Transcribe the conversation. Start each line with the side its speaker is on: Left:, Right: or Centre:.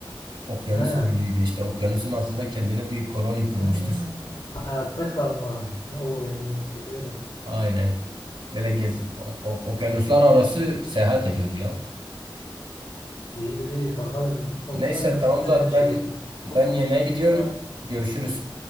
Right: Okyanus
Left: Ha,
Right: oyunuydu işte okyanusun altında kendine bir koloni kurmuştu.
Left: ha, hayatta kalma. O oyunu biliyorum.
Right: Aynen. Böyle gezip, o- okyanuslar arası seyahat ediyordu ya.
Left: İyidir iyi. Bakalım olsa
Right: Neyse
Left: ben,
Right: tamam
Left: ben
Right: zaten
Left: de Şevket'im.
Right: ben ben yemeğe gidiyorum.
Left: E,
Right: Görüşürüz.